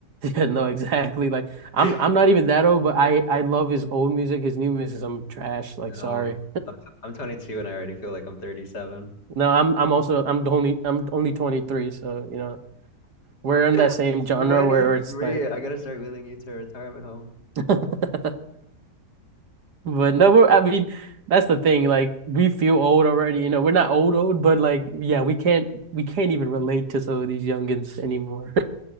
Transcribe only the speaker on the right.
Yeah, no, exactly. Like I'm
I'm not even that old, but I I love his old music. His new music, I'm trash. Like
sorry.
No, I'm I'm also I'm the only I'm only 23, so you know we're in
that same genre
where it's like,
<laughs> but no, we're, I mean that's the thing. Like we feel old already. You know, we're not old old, but like yeah, we can't we can't even relate to some of these youngins anymore.